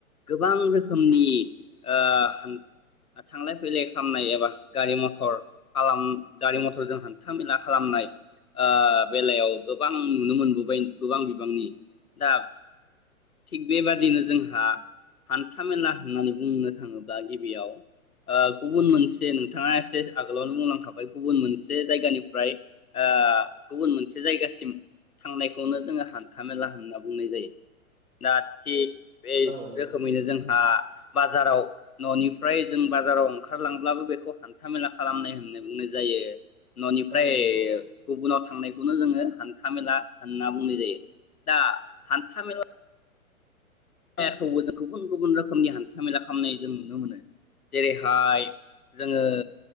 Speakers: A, on the left; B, on the right.
A: गोबां रो खोमनि ओ हान थांलाय फैलाय खामनाय एबा गारि मथर खालाम गारि मथरजों हान्था मेला खालामनाय ओ बेलायाव गोबां नुनो मोनबोबाय गोबां बिबांनि दा थिग बेबादिनो जोंहा हान था मेला होननानै बुंनो थाङोब्ला गिबियाव ओ गुबुन मोन से नोंथाङा एसे आगोलावनो बुंलांखाबाय गुबुन मोनसे जायगानिफ्राय ओ गुबुन मोनसे जायगासिम थांनायखौनो जोङो हान्था मेला होनना बुंनाय जायो। दा थिग बे
B: औ नंगौ
A: रोखोमैनो जों हा बाजाराव ननिफ्राय जों बाजाराव ओंखारलांब्लाबो बेखौ हान्था मेला खालामनाय होननाय बुंनाय जायो। ननिफ्राय
B: औ नंगौ
A: गुबुनाव थांनायखौनो जोङो हान्था मेला होनना बुंनाय जायो। दा हान्था मेला खौबो जों गुबुन गुबुन रोखोमनि हान्था मेला खालामनाय जों नुनो मोनो जेरैहाय जोङो